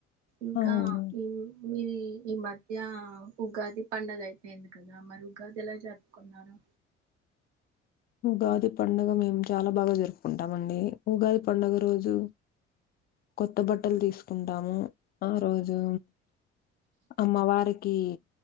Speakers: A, on the right; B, on the left.
A: ఇంకా
B: అవును
A: ఈ మీది ఈ మధ్య ఉగాది పండగ అయిపోయింది కదా మరి ఉగాది ఎలా జరుపు కున్నారు
B: ఉగాది పండుగ మేము చాలా బాగా జరుపుకుంటాం అండి ఉగాది పండుగ రోజు కొత్త బట్టలు తీసుకుంటాము ఆ రోజు అమ్మవారి కి